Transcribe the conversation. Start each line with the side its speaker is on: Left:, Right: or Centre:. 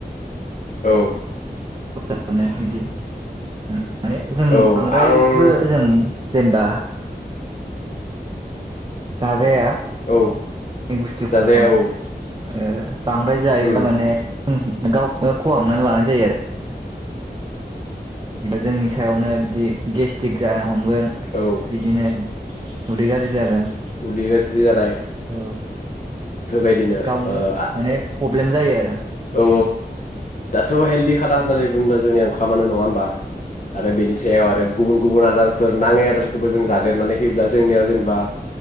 Left: औ
Right: <inaudible> बिदि माने जों
Left: औ
Right: बांद्रायबो
Left: आं
Right: जों जेनेबा जाजाया
Left: औ
Right: बुस्थुफोरखौ
Left: जाजाया औ
Right: ए बांद्राय जायोबा
Left: उम
Right: माने गावखौनो खहामनानै लानाय जायो आरो जोंनि सायावनो बिदि गेस्टिक जा हमगोन
Left: औ
Right: बिदिनो उदै गाज्रि जागोन
Left: उदि गाज्रि जानाय
Right: औ
Left: बेफोरबायदिनो
Right: गावनो
Left: ओ औ
Right: माने प्रब्लेम जायो आरो
Left: औ दाथ' हेल्दि खाना होननानै बुङोबा जोंनि ओंखामानो नङा होमबा आरो बेनिसायाव आरो गुबुन गुबुन आदारफोर नाङै आदारखौबो जों जादेरनानै होयोब्ला जोंनियाव जेनेबा